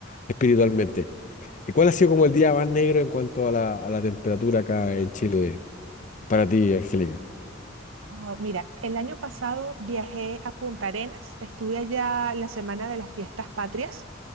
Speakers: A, on the left; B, on the right.
A: espiritualmente. ¿Y cuál ha sido como el día más negro en cuanto a la, a la temperatura acá en Chile para ti, Angélica?
B: No, mira, el año pasado viajé a Punta Arenas, estuve allá la semana de las fiestas patrias